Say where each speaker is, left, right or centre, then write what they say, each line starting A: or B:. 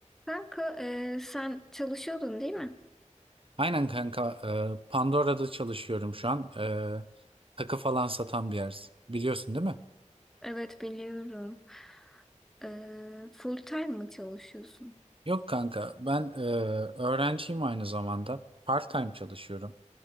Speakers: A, in the centre; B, on the right.
A: Kanka e, sen çalışıyordun değil mi?
B: Aynen kanka. e, Pandora'da çalışıyorum şu an. E, takı falan satan bir yer. Biliyorsun değil mi?
A: Evet biliyorum. E, full time mı çalışıyorsun?
B: Yok kanka. Ben e, öğrenciyim aynı zamanda. Part-time çalışıyorum.